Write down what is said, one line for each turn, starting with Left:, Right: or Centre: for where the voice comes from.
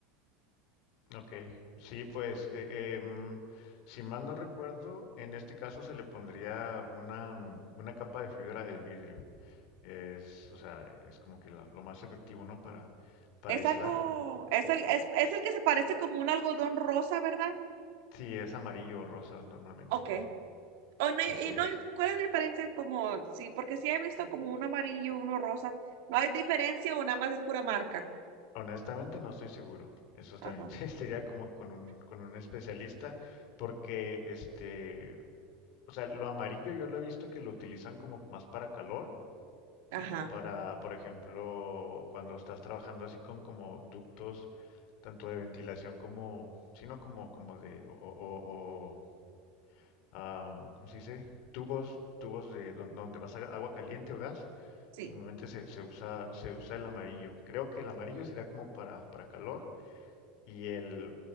Left: Ok. Sí, pues, eh, em, si mal no recuerdo, en este caso se le pondría una, mm, una capa de fibra del vidrio. Es, o sea, es como que lo, lo más efectivo, ¿no? Para, para
Right: Es
Left: aislar.
Right: algo, es el, es, es el que se parece como un algodón rosa, ¿verdad?
Left: Sí, es amarillo o rosa normalmente.
Right: Ok. O no, y
Left: Así
Right: no,
Left: es.
Right: hay- ¿cuál es la diferencia? Como, sí, porque sí he visto como uno amarillo, uno rosa. ¿No hay diferencia o nada más es pura marca?
Left: Honestamente no estoy seguro. Eso
Right: Ajá,
Left: también <laughs> sería como con un, con un especialista, porque este, O sea, lo amarillo yo lo he visto que lo utilizan como más para calor,
Right: ajá,
Left: para, por ejemplo, cuando estás trabajando así con como ductos, tanto de ventilación como, sino como, como de, o, o- o, ah, ¿cómo se dice? Tubos, tubos de don- donde vas a agua caliente o gas.
Right: sí.
Left: Normalmente se, se usa, se usa el amarillo. Creo que el amarillo será como para, para calor y el,